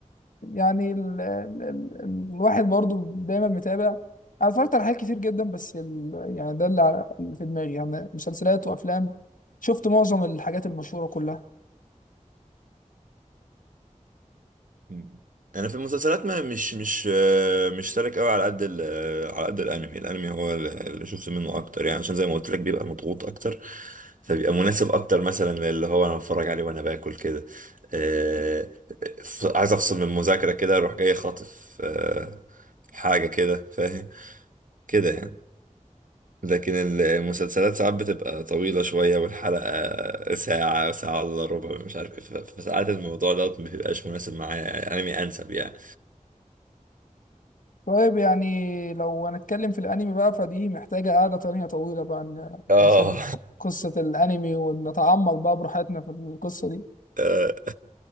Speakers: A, on the left; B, on the right.
A: يعني ال... ال... ال... الواحد برضو دايما متابع انا اتفرجت على حاجات كتير جدا بس ال... يعني ده اللي, على... اللي في دماغي يعني مسلسلات وافلام شفت معظم الحاجات المشهورة كلها
B: مم. انا في المسلسلات ما مش مش آه، مش سالك قوي على قد ال- آه، على قد الانمي الانمي هو اللي شفت منه اكتر يعني عشان زي ما قلت لك بيبقى مضغوط اكتر فبيبقى مناسب اكتر مثلا للي هو انا بتفرج عليه وانا باكل كده آه، ف- عايز افصل من المذاكره كده اروح جاي خاطف آه، حاجه كده فاهم كده يعني لكن المسلسلات ساعات بتبقى طويلة شوية والحلقة ساعة ساعة إلا ربع مش عارف إيه ف- فساعات الموضوع ده مبيبقاش مناسب معايا يعني أنمي أنسب يعني
A: طيب يعني لو هنتكلم في الانمي بقى فدي محتاجة قعدة تانية طويلة بقى ن...
B: آه
A: نشوف قصة الانمي ونتعمق بقى براحتنا في القصة دي
B: <laughs> آه.